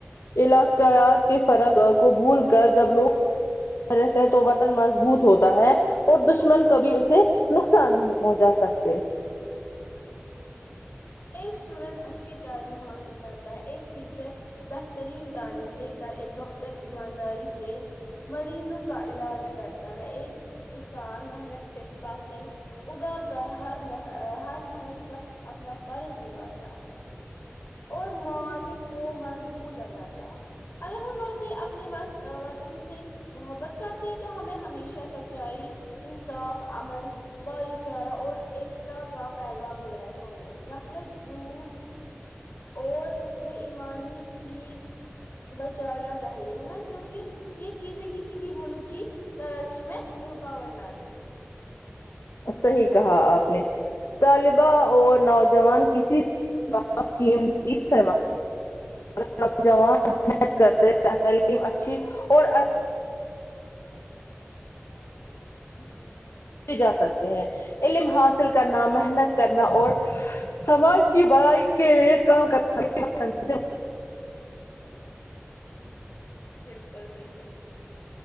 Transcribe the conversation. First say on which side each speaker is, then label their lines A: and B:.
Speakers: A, on the left; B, on the left.
A: علاقیات کے فرق کو بھول کر جب لوگ رہتے ہیں تو وطن مضبوط ہوتا ہے اور دشمن کبھی اسے نقصان نہیں پہنچا سکتے
B: بالکل ایک اسٹوڈنٹ اچھی تعلیم حاصل کرتا ہے ایک ٹیچر بہترین تعلیم دے کر ایک پر ایمانداری سے مریضوں کا علاج کرتا ہے ایک کسان محنت صرف فصل اگا کر ہر ہر محنت کشٹ اپنا فرض نبھاتا ہے اور مالک کو مضبوط بناتا ہے اگر ہم واقی اپنی بس وطن سے محبت کرتے ہیں تو ہمیں ہمیشہ سچائی انصاف امن بھائی چارہ اور ایکتا کا پیغام دینا چاہیے نفرت جھوٹ اور بے ایمانی کی بچانا چاہیے ہے نا کیونکہ یہ چیزیں کسی بھی ملک کی ترقی میں رکاوٹ لاتے ہیں
A: صحیح کہا آپ نے طالبہ اور نوجوان کسی <inaudible> نوجوان محنت کرتے تلیم اچھی اور <inaudible> جا سکتے ہیں علم حاصل کرنا محنت کرنا اور سماج کی بڑائی کے لیے کام کرنا <inaudible>
B: بالکل بالکل